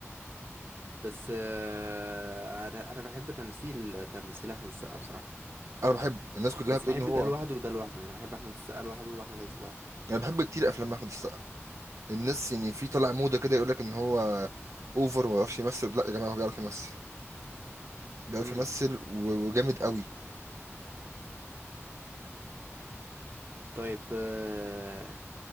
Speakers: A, on the right; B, on the right.
A: بس آه، انا انا بحب تمثيل تمثيل احمد السقا بصراحه
B: انا بحبه الناس كلها
A: بس
B: بتقول
A: بحب
B: ان هو
A: ده لوحده وده لوحده يعني بحب احمد السقا لوحده واحمد عز لوحده
B: انا بحب كتير افلام احمد السقا الناس يعني في طالع موضه كده يقول لك ان هو اوفر وما بيعرفش يمثل لا يا جماعه هو بيعرف يمثل بيعرف
A: امم
B: يمثل و- وجامد قوي
A: طيب آه،